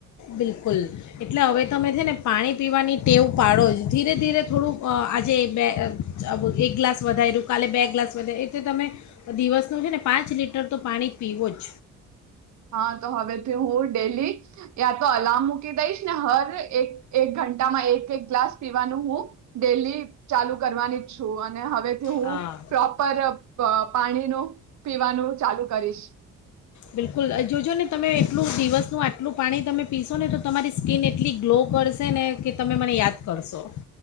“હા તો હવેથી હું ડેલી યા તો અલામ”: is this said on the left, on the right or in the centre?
Right